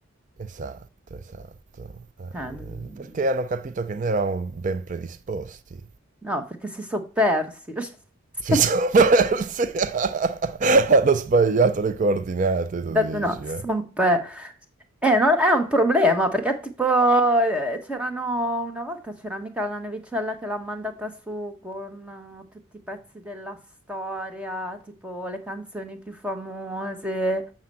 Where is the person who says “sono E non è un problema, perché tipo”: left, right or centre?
Centre